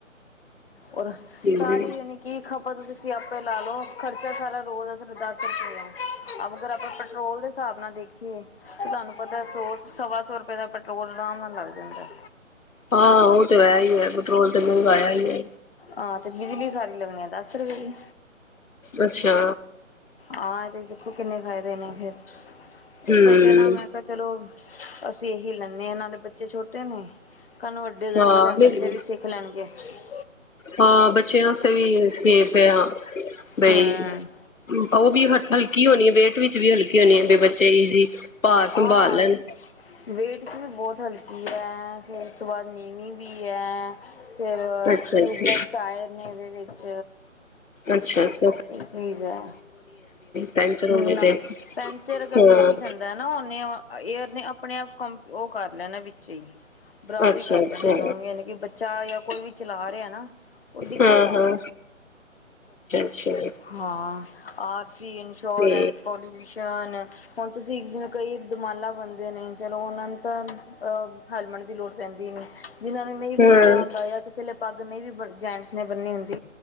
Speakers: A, on the left; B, on the left.
A: ਹੋਰ, ਸਾਰੀ
B: ਹੂੰ
A: ਯਾਨੀ ਕਿ ਖਪਤ ਤੁਸੀਂ ਆਪੇ ਲਾ ਲਓ, ਖਰਚਾ ਸਾਰਾ ਰੋਜ ਦਾ ਫਿਰ ਦੱਸ ਸਕ ਅਗਰ, ਆਪਾਂ ਪੈਟਰੋਲ ਦੇ ਹਿਸਾਬ ਨਾਲ ਦੇਖੀ ਹੰ ਤੁਹਾਨੂੰ ਪਤਾ, ਸੋ, ਸਵਾ ਸੌ ਰੁਪ ਦਾ ਪੈਟਰੋਲ ਆਰਾਮ ਨਾਲ ਲੱਗ ਜਾਂਦਾ।
B: ਹਾਂ ਉਹ ਤੇ ਹੈ ਹੀ ਹੈ ਪੈਟਰੋਲ ਤੇ ਮਹਿੰਗਾ ਹੈ ਹੀ ਹੈ।
A: ਹਾਂ ਤੇ <unintelligible> ਦਸ ਰੁਪਏ ਦੀ।
B: ਅੱਛਾ
A: ਹਾਂ ਇਹਦੇ ਦੇਖੋ ਕਿੰਨੇ ਫਾਇਦੇ ਨੇ ਫੇਰ।
B: ਹੂੰ
A: ਇਸ ਕਰਕੇ ਨਾ ਮੈਂ ਕਿਹਾ ਚਲੋ ਇਹੀ ਲੈਂਨ ਹ ਨਾਲੇ ਬੱ ਬਚੇ ਛੋਟੇ ਨੇ ਕੱਲ ਨੂੰ ਵੱਡੇ ਹੋ ਜਾਣਗੇ
B: ਹਾਂ
A: ਚੱਲ
B: ਨਹੀਂ
A: ਬੱਚੇ ਵੀ ਸਿੱਖ ਲੈਣਗੇ। ਹਾਂ
B: ਹਾਂ ਬੱਚਿਆਂ ਆਸੇਵੀ ਸੇਫ ਹੈ ਹਾਂ। ਬਈ
A: ਹੂੰ
B: ਉਹ ਵੀ ਹ ਹਲਕੀ ਹੋਣੀ ਹੈ ਵੇਟ ਵਿੱਚ ਵੀ ਹਲਕੀ ਹੋਣੀ ਹੈ ਬ ਬੱਚੇ ਈਜ਼ ਭਾਰ
A: ਹਾਂ
B: ਸੰਭਾਲ ਲੈਣ।
A: ਵੇਟ ਚ ਵੀ ਬਹੁਤ ਹਲਕੀ ਹੈ ਫਿਰ ਉਸ ਤੋਂ ਬਾਅਦ ਨੀਵੀਂ ਵੀ ਹੈ। ਫੇਰ
B: ਅੱਛਾ
A: ਟਿਊਬਲੈਸ
B: ਅੱਛਾ
A: ਟਾਇਰ ਨੇ ਇਹਦੇ ਵਿੱਚ।
B: ਅੱਛਾ ਅੱਛ
A: ਇਹ ਚੀਜ਼ ਹੈ
B: ਪੈਂਚਰ
A: ਨਾ
B: ਹੋਵੇ ਤੇ
A: ਪੈਂਚਰ ਅਗਰ
B: ਹਾਂ
A: ਹੋ ਵੀ ਜਾਂਦਾ ਨਾ ਉਹਨੇ ਏਅਰ ਨੇ ਆਪਣੇ ਆਪ ਕੰ ਉਹ ਕਰ ਲੈਣਾ ਵਿੱਚ ਹੀ ਬਰਾਬਰੀ
B: ਅੱਛਾ
A: ਕਰ
B: ਅੱਛਾ
A: ਲੈਣੀ ਇਹਨੂੰ ਯਾਨੀ ਕੀ <unintelligible> ਕੋਈ ਵੀ ਚਲਾ ਰਿਹਾ ਨਾ ਉਹ ਡਿੱਗੇਗਾ
B: ਹਾਂ ਹਾਂ
A: ਨੀ।
B: <unintelligible>
A: ਹਾਂ ਆ ਸੀ ਇੰਸ਼ੋਰੈਂਸ
B: ਤੇ
A: ਪੋਲਿਊਸ਼ਨ ਹੁਣ ਤੁਸੀਂ ਜਿਵੇਂ ਕਈ ਦੁਮਾਲਾ ਬੰਦੇ ਨੇ। ਚਲੋ ਉਹਨਾਂ ਨੂੰ ਤਾਂ ਹੈਲਮਟ ਦੀ ਲੋੜ ਪੈਂਦੀ ਨਹੀਂ ਜਿਹਨਾਂ ਨੇ ਨਹੀਂ ਵੀ
B: ਹਾਂ
A: ਬੰਨਿਆ ਹੁੰਦਾ ਜਾਂ ਕਿਸੇ ਪੱਗ ਨਹੀਂ ਵੀ ਜੈਂਟਸ ਨੇ ਬੰਨੀ ਹੁੰਦੀ